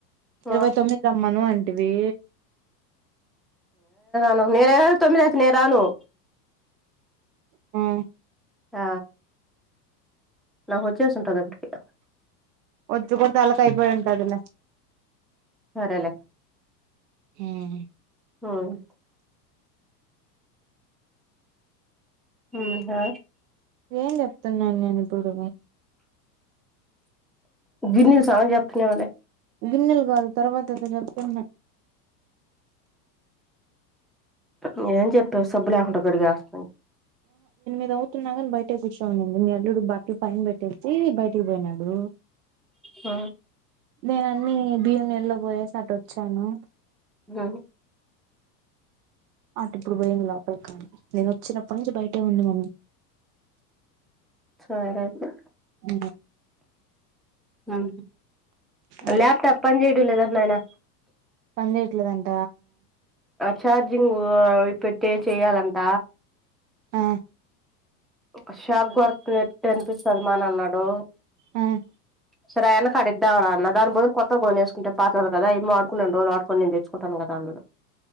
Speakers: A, in the centre; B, on the right (about 70°).
A: ఉమ్
B: ఇరవై తొమ్మిది రమ్మను అన్ అది
A: అద నేర తొమ్మిది నేన్ రాను
B: ఆ
A: ఆ నాకు వచ్చేసు అనుకుంటారు అటా
B: పొద్దు పొద్దులకి అయిపోయింటది లే
A: సరేలేే
B: మ్మ్
A: మ్మ్ మ్మ్ ఆ
B: ఏం చెప్తున్నాను నేను ఇప్పుడు
A: గిన్నెల్ <unintelligible> నే వాళ్ళే
B: గిన్నెలు కాదు తర్వాత అ ఉన్న
A: తకు ఏం చెప్ టో సబ్బల్యాకండ పెరిగారం
B: అది అవుతున్నా కాని బయట కూర్చోండి మీ అల్లుడు బట్టలు పైన పెట్టేసి బయటికి పోయినాడు
A: మ్మ్
B: నేన్ అన్ని భీవ నెలలో పోయేసి అటు వచ్చాను
A: మ్మ్
B: అటు ఇప్పుడు పోయింది లోపలి కానీ నేను వచ్చినప్పటి నుంచి బయటే ఉంది మమ్మీ
A: సరే అయితే
B: మ్మ్
A: అమ్
B: ఆ
A: ల్యాప్టాప్ పని చెయ్యడం లేదన్ నేనా
B: చెయ్యట్లేదు అన్
A: చార్జింగు పెట్టే చెయాలంట
B: ఆ
A: ఒక షాక్ కొరతట్టి అనిపిస్తుంది మా అని అన్నాడు
B: మ్మ్
A: సరే ఆయన్న కాడ ఇద్దాం రా అన్న దాని బదులు కొత్త కొనేసుకుంటే పాతదు కదా ఏమో ఆడున్నా రొండు రోజు ఆడుని నేను తెచ్చుకుంటను కదా అన్నాడు